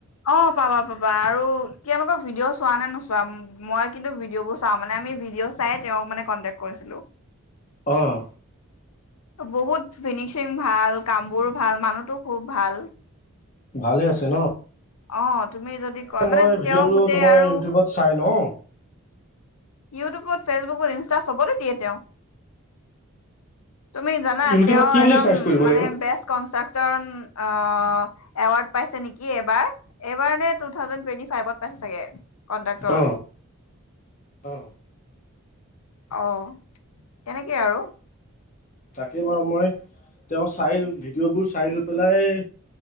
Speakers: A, on the left (about 80°); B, on the left (about 35°).
A: অ পাবা পাবা আৰু তেওঁলোকৰ ভিডিঅ' চোৱা নে নোচোৱা মই কিন্তু বোৰ চাও মানে আমি চাই তেওঁক মানে কন্টেক কৰিছিলো।
B: আহ
A: বহুত ফিনিচিং ভাল কামবোৰো ভাল মানুহটো খুব ভাল।
B: ভালে আছে ন
A: অ তুমি যদি কয়
B: মই
A: মানে
B: ভিডিঅ'বোৰো
A: তেওঁ গোটেই
B: তোমাৰ
A: আৰু
B: ইউটিউবত চাই লওঁ
A: ইউটিউবত ফেচবুকত ইনষ্টা চবতে দিয়ে। তেওঁ তুমি জানা
B: ইউটিউবত
A: তেওঁ
B: কি বুলি
A: একদম
B: চাৰ্চ কৰিব
A: মানে
B: লাগিব
A: বেষ্ট কনষ্ট্ৰাকচন অ এৱাৰ্ড পাইছে নেকি এইবাৰ এইবাৰ নে‌ টু থাউজেনডটুৱেট ফাইভত পাইছে চাগে কনডাক্টৰ
B: অ অ
A: অ তেনেকে আৰু
B: তাকে বাৰু মই তেওঁ চাই ভিডিঅ'বোৰ চাই লৈ পেলাই